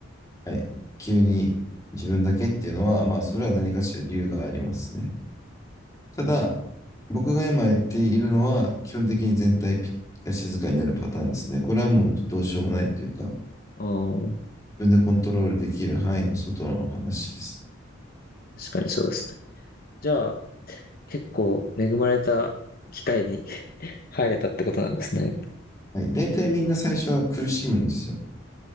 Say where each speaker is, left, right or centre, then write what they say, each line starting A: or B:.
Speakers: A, on the left; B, on the left.
A: はい。急に自分だけっていうのは、まあそれは何かしら理由がありますね。ただ、僕が今言っているのは、基本的に全体が静かになるパターンですね。これはもうどうしようもないというか、自
B: あ、うん、
A: 分でコントロールできる範囲の外の話ですね。
B: 確かにそうですね。じゃあ、結構恵まれた機会に <laughs> 入れたってことなんですね。
A: はい、大体みんな最初は苦しむんですよ。